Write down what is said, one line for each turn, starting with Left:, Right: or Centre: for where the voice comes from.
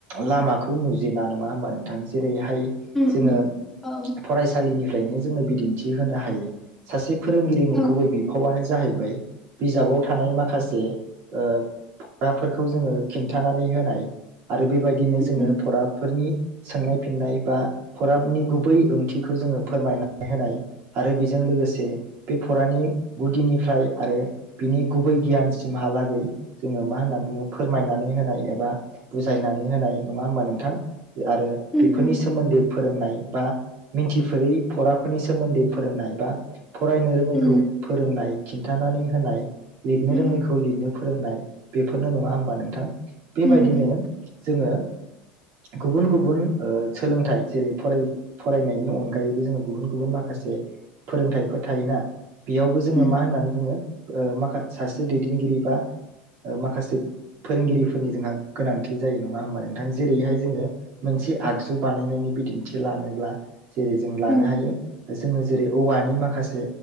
Right: लामाखौ नुजेना। नङा होनबा नों थां? जेरै हाय
Centre: उम
Right: जोङो
Centre: उम औ
Right: फरायसालिनिफ्रायनो जोङो बिदिन्थि होनो हायो। सासे फोरोंगिरिनि
Centre: औ
Right: गुबै बिफावानो जाहैबाय बिजाबाव थानाय माखासे ओ फुआफोरखौ जोङो खिन्थानानै होनाय। आरो बेबायदिनो जोङो
Centre: उम
Right: फराफोरनि सोंनाय फिननाय बा फराबनि गुबै ओंथिखौ जोङो फोरमायना होनाय आरो बेजों लोगोसे बे फरानि गुदिनिफ्राय आरो बिनि गुबै गियानसिमहालाग गै जोङो मा होननानै बुङो फोरमायनानै होनाय एबा बुजायनानै होनाय नङा होमबा नोंथां आरो
Centre: उम
Right: बेफोरनि
Centre: उम
Right: सोमोन्दै फोरोंनाय बा मिन्थिफेरै फराफोरनि सोमोन्दै फोरोंनाय बा फरायनो रोङैखौ
Centre: उम
Right: फोरोंनाय खिन्थानानै होनाय लिरनो
Centre: उम
Right: रोङैखौ लिरनो फोरोंनाय बेफोरनो नङा होमबा नोंथां। बेबायदिनो
Centre: उम
Right: जोङो गुबुन गुबुन ओ सोलोंथाइ जेरै फरायनायनि अनगायैबो जोङो गुबुन गुबुन माखासे फोरोंथाइफोर थायोना। बेयावबो जोङो
Centre: उम
Right: मा होननानै बुङो माखा सासे दैदेनगिरि बा माखासे फोरोंगिरिफोरनि जोंहा गोनांथि जायो नङा होमबा नोंथां जेरैहाय जोङो मोनसे आगु बानायनायनि बिदिथि लानोबा जेरै जोङो लानो
Centre: उम
Right: हायो। जोङो जेरै औवानि माखासे